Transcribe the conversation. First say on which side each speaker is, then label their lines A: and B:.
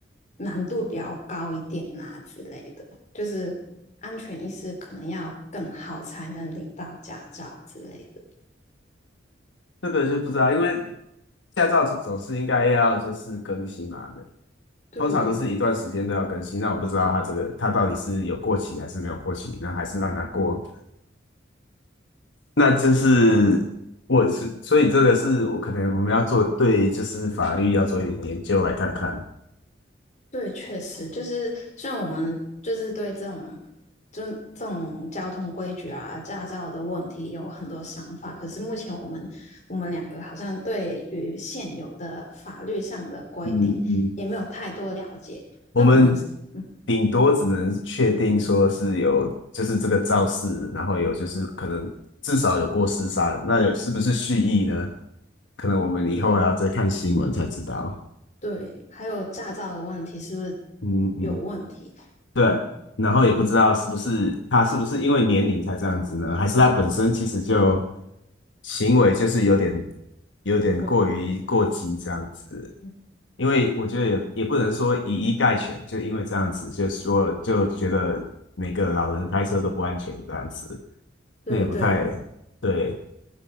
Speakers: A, on the left; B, on the left.
A: 难度比较高一点啊之类的，就是安全意识可能要更好才能领到驾照之类的。
B: 这个就不知道，因为驾照总总是应该要就是更新嘛，
A: 对，
B: 通常都是一段时间都要更新，那我不知道它这个它到底是有过期还是没有过期，那还是让它过，那就是我是，所以这个是我可能我们要做对，就是法律要做一点研究来看看。
A: 对，确实就是像我们就是对这种就是这种交通规矩啊、驾照的问题有很多想法，可是目前我们我们两个好像对于现有的法律上的规定也没有太多了解。
B: 嗯嗯，我们
A: 那我们嗯，
B: 顶多只能确定说是有，就是这个肇事，然后有就是可能至少有过失杀人，那有是不是蓄意呢？可能我们以后还要再看新闻才知道。
A: 对，还有驾照的问题是不是
B: 嗯嗯。
A: 有问题？
B: 对，
A: 嗯，
B: 然后也不知道是不是他是不是因为年龄才这样子呢？还是他本身其实就行为就是有点有点过于过激这样子？
A: 问，嗯，
B: 因为我觉得也也不能说以一概全，就因为这样子，就说就觉得每个老人开车都不安全这样子，
A: 对对，
B: 那也不太对。